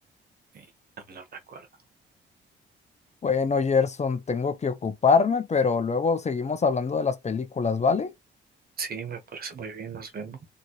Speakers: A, on the right (about 50°); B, on the left (about 35°).
A: Eh, no me lo recuerdo.
B: Bueno, Gerson, tengo que ocuparme, pero luego seguimos hablando de las películas, ¿vale?
A: Sí, me parece muy bien, nos vemos.